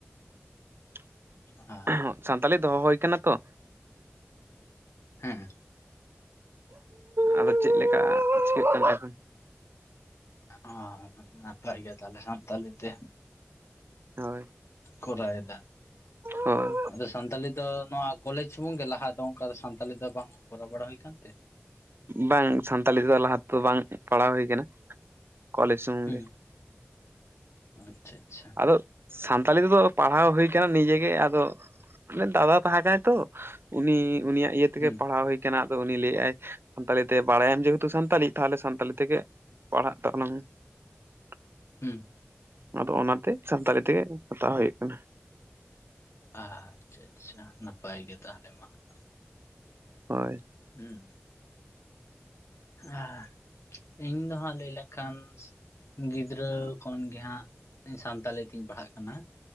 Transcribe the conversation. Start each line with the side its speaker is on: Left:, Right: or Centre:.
Right: <unintelligible>
Left: <unintelligible>
Right: ᱥᱟᱱᱛᱟᱞᱤ ᱫᱚᱦᱚ ᱦᱩᱭ ᱠᱟᱱᱟ ᱛᱚ
Left: ᱦᱩᱸ
Right: ᱟᱫᱚ ᱪᱮᱫ ᱞᱮᱠᱟ ᱪᱤᱠᱟᱹᱜ ᱠᱟᱱᱟ ᱮᱠᱦᱚᱱ <unintelligible>
Left: <unintelligible> ᱚ ᱱᱟᱯᱟᱭ ᱜᱤᱭᱟ ᱛᱟᱦᱞᱮ ᱥᱟᱱᱛᱟᱞᱤ ᱛᱮ
Right: ᱦᱳᱭ
Left: ᱠᱚᱨᱟᱣᱮᱫᱟ᱾
Right: ᱦᱳᱭ
Left: ᱟᱫᱚ ᱥᱟᱱᱛᱟᱞᱤ ᱫᱚ ᱱᱚᱣᱟ ᱠᱚᱞᱮᱡᱽ ᱥᱩᱢᱩᱝ ᱜᱮ ᱞᱟᱦᱟ ᱫᱚ ᱚᱱᱠᱟ ᱫᱚ ᱥᱟᱱᱛᱟᱞᱤ ᱫᱚ ᱵᱟᱝ ᱠᱚᱨᱟᱣ <unintelligible> ᱵᱟᱲᱟ ᱦᱩᱭ ᱟᱠᱟᱱ ᱛᱮ?
Right: ᱵᱟᱝ ᱥᱟᱱᱛᱟᱞᱤ ᱛᱮᱫᱚ ᱞᱟᱦᱟ ᱛᱮᱫᱚ ᱵᱟᱝ ᱯᱟᱲᱦᱟᱣ ᱦᱩᱭ ᱟᱠᱟᱱᱟ᱾ ᱠᱚᱞᱮᱡᱽ ᱥᱩᱢᱩᱝ
Left: ᱦᱩᱸ
Right: ᱜᱮ,
Left: ᱟᱪᱪᱷᱟ ᱟᱪᱪᱷᱟ
Right: ᱟᱫᱚ ᱥᱟᱱᱛᱟᱞᱤ ᱛᱮᱫᱚ ᱯᱟᱲᱦᱟᱣ ᱦᱩᱭ ᱟᱠᱟᱱᱟ ᱱᱤᱡᱮ ᱜᱮ ᱟᱫᱚ ᱢᱟᱱᱮ ᱫᱟᱫᱟ ᱛᱟᱦᱮᱸ ᱛᱚ ᱩᱱᱤ ᱩᱱᱤᱭᱟᱜ ᱤᱭᱟᱹ ᱛᱮᱜᱮ
Left: ᱦᱩᱸ
Right: ᱯᱟᱲᱦᱟᱣ ᱦᱳᱭ ᱠᱟᱱᱟ ᱟᱫᱚ ᱩᱱᱤ ᱞᱟᱹᱭ ᱟᱭᱟᱭ ᱥᱟᱱᱛᱟᱲᱤ ᱛᱮ ᱵᱟᱲᱟᱭᱟᱢ ᱡᱮᱦᱩᱛᱩ ᱥᱟᱱᱛᱟᱞᱤ ᱛᱟᱦᱚᱞᱮ ᱥᱟᱱᱛᱟᱞᱤ ᱛᱮᱜᱮ ᱯᱟᱲᱦᱟᱜ ᱛᱟᱵᱚᱱᱟ ᱢᱮ᱾ <inaudible>
Left: ᱦᱩᱸ
Right: ᱟᱫᱚ ᱚᱱᱟᱛᱮ ᱥᱟᱱᱛᱟᱞᱤ ᱛᱮᱜᱮ ᱦᱟᱛᱟᱣ ᱦᱩᱭᱩᱜ ᱠᱟᱱᱟ᱾
Left: ᱟᱪᱪᱷᱟ-ᱟᱪᱪᱷᱟ ᱱᱟᱯᱟᱭ ᱜᱮ ᱛᱟᱦᱚ ᱞᱮ ᱢᱟ ᱦᱟᱸ
Right: ᱦᱳᱭ
Left: ᱦᱩᱸᱻ ᱟᱦᱸ ᱤᱧ ᱫᱚ ᱦᱟᱸᱜ ᱞᱟᱹᱭ ᱞᱮᱱᱠᱷᱟᱱ! ᱜᱤᱫᱽᱨᱟᱹ ᱠᱷᱚᱱᱜᱮ ᱦᱟᱸᱜ ᱥᱟᱱᱛᱟᱞᱤ ᱛᱤᱧ ᱯᱟᱲᱦᱟ-ᱜ ᱠᱟᱱᱟ᱾